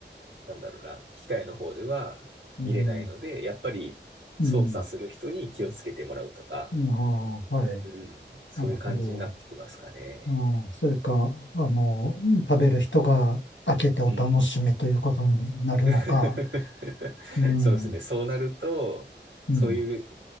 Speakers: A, on the right; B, on the left.
A: なんだろうな。機械の方では見れないので、
B: うん、
A: やっぱり操作する人に気をつけてもらうとか、
B: うん、うんああ、はい、
A: うん、そういう感じになってきますかね。
B: なるほど。ああ、それか、あの、食べる人が開けてお楽しみということになるのか。
A: うん。<laughs>
B: うん、
A: そうですね。
B: う
A: そうなると、そういう
B: ん、